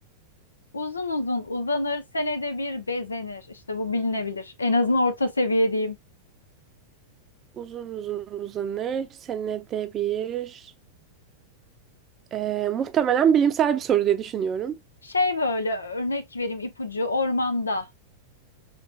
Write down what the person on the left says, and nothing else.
Uzun uzun uzanır, senede bir bezenir. İşte bu bilinebilir. En azından orta seviye diyeyim.
Şey böyle örnek vereyim ipucu ormanda